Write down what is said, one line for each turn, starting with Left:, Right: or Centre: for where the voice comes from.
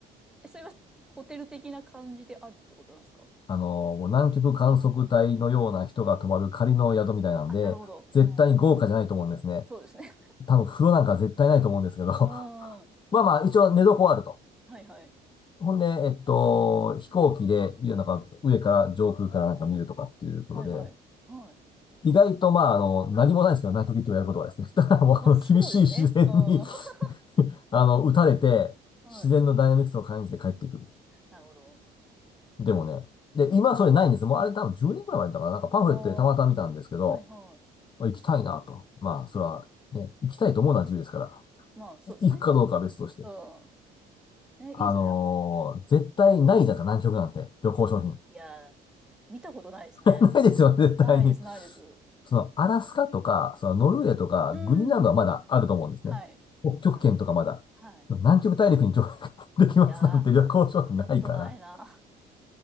Centre: え、それはホテル的な感じであるってことなんですか
Left: あの、もう南極観測隊のような人が泊まる仮の宿みたいなんで、
Centre: あ、なるほど。
Left: 絶対に豪華じゃないと思うんですね。
Centre: うん。そうですね。
Left: 多分風呂なんか絶対ないと思うんですけど。
Centre: <laughs>
Left: <laughs>
Centre: うん。
Left: まあまあ、一応寝床はあると。
Centre: はいはい。
Left: ほんで、えっと、飛行機で、いうなんか上から上空からなんか見るとかっていうことで、
Centre: はいはい。はい。
Left: 意外とまあ、あの、何もないですけど、南極行ってもやることはですね。<laughs> ただもう、
Centre: まあそうですね。
Left: あの厳しい自然に
Centre: うん。<laughs>
Left: <laughs> あの、打たれて、
Centre: はい。
Left: 自然のダイナミクスを感じて帰ってくる。
Centre: なるほど。
Left: でもね、で、
Centre: うん。
Left: 今それないんです。もうあれ多分10年くらい前だったから、なんかパンフレットでたまたま見たんですけど、
Centre: ああ、はいは
Left: 行きたいなと。まあ、それはね、行きたいと思うのは自由ですから、
Centre: い。まあそうですね。
Left: い行くかどうかは別として。
Centre: うん。え、
Left: あのー絶対ないじゃないですか、
Centre: いいですね。なんか、うん。
Left: 南極なんて、旅行商品。
Centre: いやー、見たことないですね。
Left: <laughs> ないですよね、絶対に。
Centre: ないです、ないです。
Left: その、アラスカとか、その、
Centre: うん。
Left: ノルウェーとか、
Centre: うんうん
Left: グリーンランドはまだあると思うんですね。
Centre: はい。
Left: 北極圏とかまだ。
Centre: はい。はい。
Left: でも南極大陸に上陸 <laughs> できますなんて
Centre: いやー、
Left: <laughs> 旅行商品ないから。
Centre: 見たことないな。